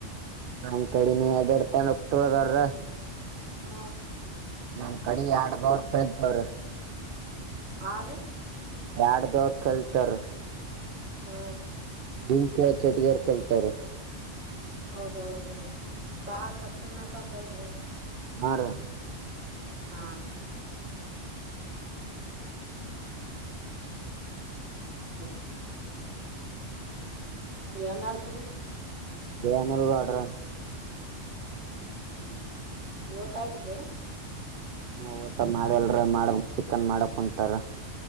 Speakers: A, on the right (about 60°); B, on the right (about 80°).
A: ನಮ್ ಕಡನಿ ಅದೆಡ್ ತಾನ ಹೋಗ್ತವದಾರ್ರ
B: ಹ್ಮ
A: ನಮ್ ಕಡೆ ಎಡ್ದವರ್ತಂತವರು
B: ಆರೀ
A: ಎರಾಡ್ ದೇವ್ರ್ ಕಲಿತರ್ರಿ
B: ಹಾ
A: ದಂಕ ಚೆಟಗಾರ್ ಕಲ್ತಾರ
B: ಹೌದೌದ್ರಿ ಬಾ ಕತ್ನಾಕ್ದಲ್ರಿ
A: ಹ
B: ಹ ಹ ಏನ್ ಮಾಡಡ್ದ್ರಿ
A: ಬೇ ನಲ್ ಬಡ್ರ
B: ಹ್ಮ್ ಹ್ಮ್ ಓಟ ಆಯ್ತ್ೀ
A: ನ ಊಟ ಮಾಡಲ್ರ ಮಾಡ ಚಿಕನ್ ಮಾಡಕ್ ಕುಂತಾರ